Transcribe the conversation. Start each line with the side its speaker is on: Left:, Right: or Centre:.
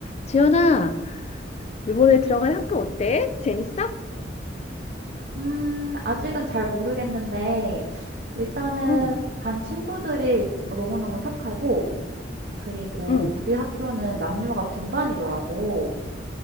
Left: 지연아, 이번에 들어간 학교 어때? 재밌어?
Right: 음, 아직은 잘 모르겠는데, 일단은
Left: 응,
Right: 반 친구들이 너무너무 착하고, 그리고
Left: 응.
Right: 우리 학교는 남녀가 분반이더라고.